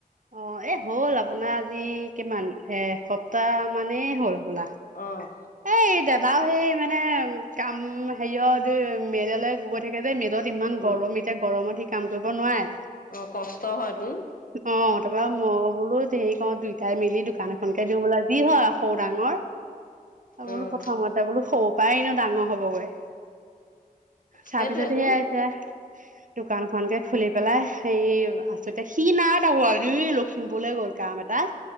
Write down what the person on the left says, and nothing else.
অ',
উম,
অ', কষ্ট হয় তোন
অ',
সেইটোৱে
তোন